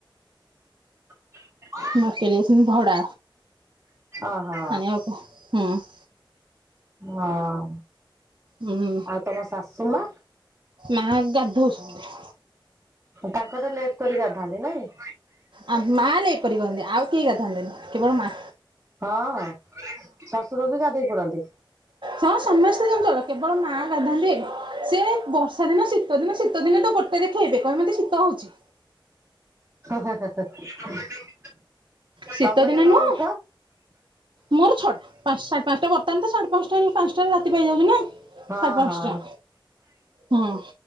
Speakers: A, on the right; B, on the right.
A: <inaudible>
B: ମାର୍କେଟ ଯାଇଛନ୍ତି ଭଡ଼ା
A: ଓହୋ
B: ଆଣିଆକୁ ହୁଁ ‌
A: ହଁ
B: ହୁଁ।
A: ଆଉ ତମ ଶାଶୁ ମା?
B: ମା ଗଧୋଉଛନ୍ତି।
A: ତାଙ୍କର ଲେଟ କରି ଗାଧାନ୍ତି ନାଇଁ?
B: ଆ ମା ଲେଟ୍ କରି ଗନ୍ତି ଆଉ କେହି ଗାଧାନ୍ତିନି କେବଳ ମା
A: ହଁ ଶଶୁର ବି ଗାଧେଇ ପଡନ୍ତି।
B: ସଁ ସମସ୍ତେ ଚଞ୍ଚଳ କେବଳ ମା ଗାଧାନ୍ତି, ସେ ବର୍ଷା ଦିନ ଶୀତ ଦିନ ଶୀତ ଦିନେ ତ ଗୋ ତେ ଦେଖେଇବେ, କହିବେ ମତେ ଶୀତ ହଉଚି।
A: <unintelligible>
B: ଶୀତ
A: ତମେ
B: ଦିନେ
A: କେତେବେଳେ
B: ନୁହଁ
A: ଉଠ?
B: ମୋର ଛଅଟା ପାଁ ସାଢ଼େ ପାଂଶଟା ବର୍ତ୍ତମାନ ତ ସାଢେ ପାଂଶଟାରେ ପାଂଶଟାରେ ରାତି ପାଇଯାଉଚି ନା।
A: ହଁ
B: ସାଢ଼େ ପାଂଶଟା
A: ହଁ।
B: ହଁ।